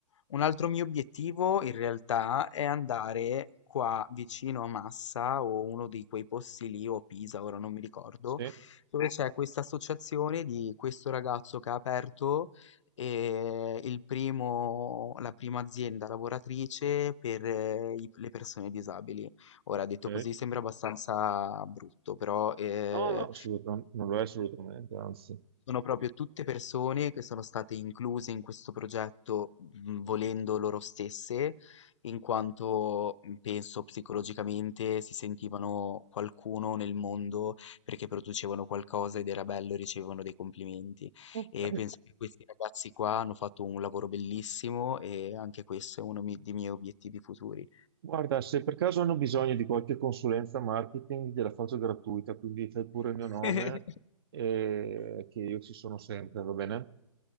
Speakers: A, on the left; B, on the right.
A: un altro mio obiettivo in realtà è andare qua vicino a Massa o uno di quei posti lì o Pisa, ora non mi ricordo,
B: Sì,
A: dove c'è questa associazione di questo ragazzo che ha aperto e il primo, la prima azienda lavoratrice per eh, i- le persone disabili. Ora,
B: ok.
A: detto così sembra abbastanza brutto, però eh,
B: No, no, assolutamente, non lo è assolutamente, anzi.
A: sono proprio tutte persone che sono state incluse in questo progetto, mh, volendo loro stesse, in quanto mh, penso psicologicamente si sentivano qualcuno nel mondo perché producevano qualcosa ed era bello e ricevevano dei complimenti.
B: Ok.
A: E penso che questi ragazzi qua hanno fatto un lavoro bellissimo e anche questo è uno mi- dei miei obiettivi futuri.
B: Guarda, se per caso hanno bisogno di qualche consulenza marketing, gliela faccio gratuita, quindi fai pure il mio nome
A: <laughs>
B: e che io ci sono sempre, va bene?